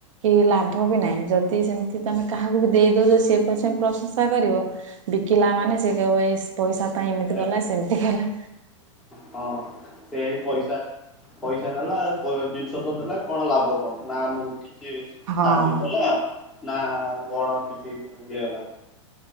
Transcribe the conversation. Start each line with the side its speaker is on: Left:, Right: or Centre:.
Right: କି ଲାଭ ବି ନାହିଁ ଯଦି ସେମିତି ତମେ କାହାକୁ ବି ଦେଇଦଉଛ ସିଏ ପଛେ ପ୍ରଶଂସା କରିବ ବିକିଲା ମାନେ ସେଏ କହିବ ଏଇ ପଇସା ପାଇଁ ଏମିତି
Centre: ଏ
Right: ଗଲା ସେମିତି କଲା।
Centre: ହଁ ସେଇ ପଇସା ପଇସା ନେଲା ଜିନିଷ ତ ଦେଲା କଣ ଲାଭ କଣ ନା ଆମକୁ କିଛି
Right: ହଁ।
Centre: ସାହାଯ୍ୟ କଲା। ନା କଣ କିଛି ଇଏ ହେଲା